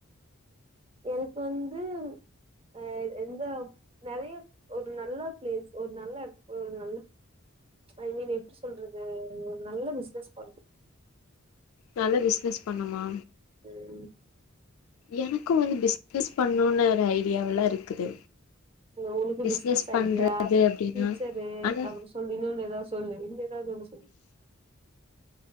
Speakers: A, on the right; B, on the left.
A: எனக்கு வந்து அஹ எந்த நிறைய ஒரு நல்ல பிளேஸ் ஒரு நல்ல ஒரு நல்ல ஐ மீன் எப்படி சொல்றது நல்ல பிசினஸ் பாண்ணது
B: நல்ல பிசினஸ் பண்ணமா
A: ம்
B: எனக்கும் வந்து பிசினஸ் பண்ணும்னு ஒரு ஐடியாவெல்லாம் இருக்குது
A: உனக்கு
B: பிஸ்னஸ்
A: பிசினஸ்
B: பண்றது
A: ஐடியா
B: அப்டின்னா
A: டீச்சரு
B: ஆனா
A: அ சொல்லு இன்னொ ஏதாவது சொல்லு இன்ன ஏதாவது சொல்லு